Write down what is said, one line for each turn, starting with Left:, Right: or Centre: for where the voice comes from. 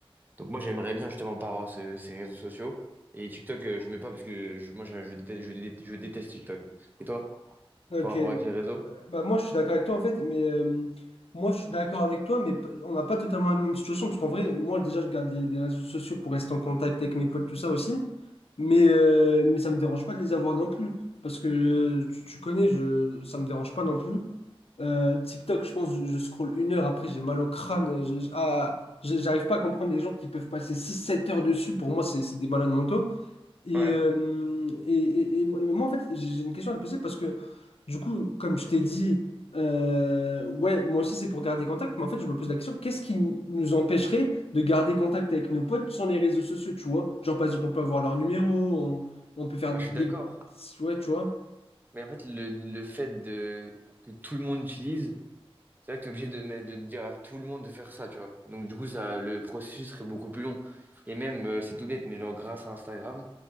Right: Donc, moi, j'aimerais bien justement pas avoir ce- ces réseaux sociaux. Et TikTok, euh, je mets pas parce que je- moi, je, je, déteste, je déteste je déteste TikTok. Et toi,
Left: Ok,
Right: ton rapport avec les réseaux?
Left: bah moi je suis d'accord avec toi en fait, mais euh, moi je suis d'accord avec toi, mais p- on n'a pas totalement la même situation parce qu'en vrai, moi déjà je garde les, les réseaux sociaux pour rester en contact avec mes potes, tout ça aussi, mais, euh, mais ça me dérange pas de les avoir non plus parce que euh, tu, tu connais, je, ça me dérange pas non plus. Euh, TikTok, je pense, je, je scrolle une heure après, j'ai mal au crâne, je- je- ah, je- j'arrive pas à comprendre les gens qui peuvent passer six sept heures dessus, pour moi c'est c'est des malades mentaux. Et,
Right: Ouais.
Left: euh, et, et- et mais moi, en fait, j'ai j'ai une question à te poser parce que, du coup, comme je t'ai dit, euh, ouais, moi aussi, c'est pour garder contact, mais en fait, je me pose la question, qu'est-ce qui nous empêcherait de garder contact avec nos potes sans les réseaux sociaux, tu vois? Genre, par exemple, on peut avoir leur numéro, on, on peut faire
Right: Ah,
Left: des...
Right: je suis d'accord.
Left: Ouais, tu vois?
Right: Mais en fait, le, le fait de, que tout le monde utilise. C'est vrai que t'es obligé de, me- de dire à tout le monde de faire ça, tu vois. Donc du coup, ça, le processus serait beaucoup plus long. Et même, euh, c'est tout bête, mais genre grâce à Instagram,